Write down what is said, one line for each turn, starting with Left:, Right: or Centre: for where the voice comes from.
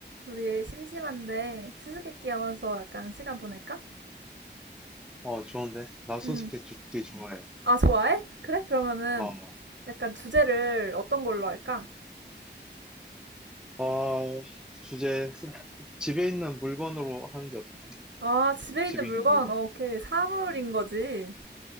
Right: 우리 심심한데 수수께끼 하면서 약간 시간 보낼까?
Centre: 어, 좋은데? 나 수수께끼
Right: 음.
Centre: 좋게 좋아해.
Right: 아, 좋아해? 그래? 그러면은
Centre: 어,
Right: 약간 주제를 어떤 걸로 할까?
Centre: 어, 주제, 집에 있는 물건으로 하는 게 어떨까?
Right: 아, 집에
Centre: 음, 집에
Right: 있는 물건.
Centre: 있는 물건.
Right: 어, 오케이. 사물인
Centre: 어,
Right: 거지.